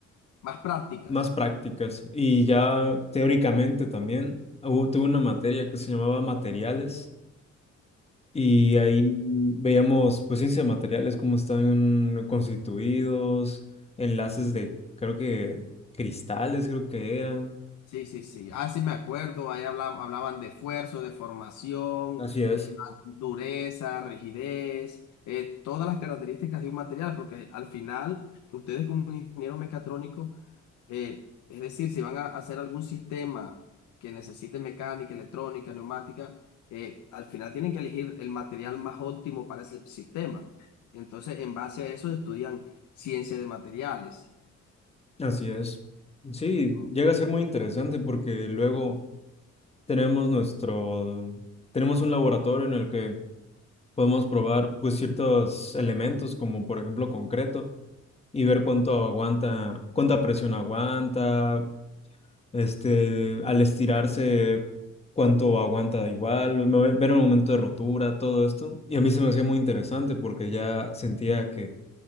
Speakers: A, on the left; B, on the left.
A: Más prácticas.
B: más prácticas. Y ya teóricamente también, hubo- tuve una materia que se llamaba materiales Y ahí veíamos, pues, ciencia de materiales, cómo están constituidos, enlaces de, creo que, cristales, creo que eran.
A: Sí, sí, sí. Ah, sí, me acuerdo. Ahí hablaban, hablaban de esfuerzo, de formación,
B: Así es.
A: eh, dureza, rigidez, eh, todas las características de un material, porque al final ustedes como ingenieros mecatrónicos Eh, es decir, si van a hacer algún sistema que necesite mecánica, electrónica, neumática, eh, al final tienen que elegir el material más óptimo para ese sistema. Entonces, en base a eso estudian ciencia de materiales.
B: Así es. Sí,
A: Oh,
B: llega a ser muy interesante porque luego tenemos nuestro, tenemos un laboratorio en el que podemos probar pues ciertos elementos como por ejemplo concreto y ver cuánto aguanta, cuánta presión aguanta, Este, al estirarse, cuánto aguanta igual, me- ver el momento de rotura, todo esto. Y a mí se me hacía muy interesante porque ya sentía que,